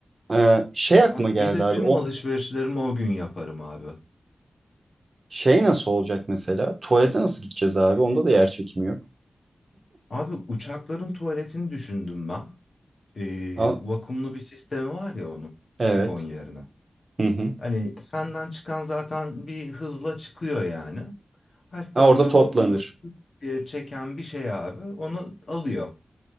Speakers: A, on the right; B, on the left.
A: E, şey aklıma
B: Bak
A: geldi
B: bir de
A: abi
B: tüm
A: o
B: alışverişlerimi o gün yaparım abi.
A: şey nasıl olacak mesela? Tuvalete nasıl gideceğiz abi? Onda da yer çekimi yok.
B: Abi uçakların tuvaletini düşündüm ben. Ee,
A: Aa,
B: vakumlu bir sistemi var ya onun
A: evet.
B: sifon yerine.
A: Hı hı.
B: Hani senden çıkan zaten bir hızla çıkıyor yani. Hafiften
A: Ha, orada
B: böyle
A: toplanır.
B: vakumlu bir çeken bir şey abi onu alıyor.